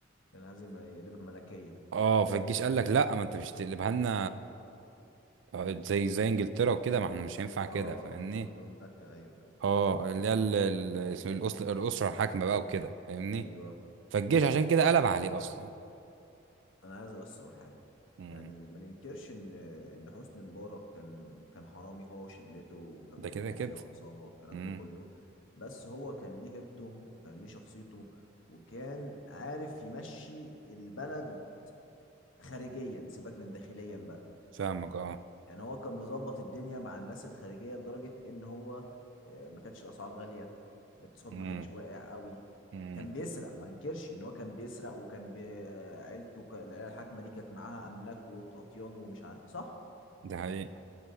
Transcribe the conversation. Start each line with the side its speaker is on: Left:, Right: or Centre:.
Left: كان عايز يقلبها ملكية
Right: اه فالجيش قال لك لا ما انت مش تقلبها لنا آه، زي زي انجلترا وكده ما احنا مش هينفع كده
Left: اه
Right: فاهمني
Left: اه مش مملكة ايوه ايوه
Right: اه اللي هي ال- ال- الأسل- الاسره الحاكمه بقى وكده فاهمني
Left: ايوه
Right: فالجيش
Left: بص
Right: عشان
Left: بص
Right: كده
Left: يا معلم.
Right: قلب عليه اصلا
Left: انا عايز بس اقول حاجه
Right: امم
Left: يعني ما ننكرش ان ان حسني مبارك كان كان حرامي هو وشلته وكانوا
Right: ده كده
Left: مافيا
Right: كده
Left: وعصابه والكلام
Right: امم
Left: ده كله بس هو كان ليه هيبته وكان ليه شخصيته وكان عارف يمشي البلد خارجيا سيبك من داخليا بقى
Right: فاهمك اه
Left: يعني هو كان مظبط الدنيا مع الناس الخارجية لدرجة ان هو آه، ما كانتش الاسعار غالية الاقتصاد
Right: امم
Left: ما كانش واقع قوي
Right: امم
Left: كان بيسرق ما انكرش ان هو كان بيسرق وكان بي... آه، عيلته ك- العيلة الحاكمة دي كانت معاها املاك واطيان ومش عارف صح
Right: ده حقيقي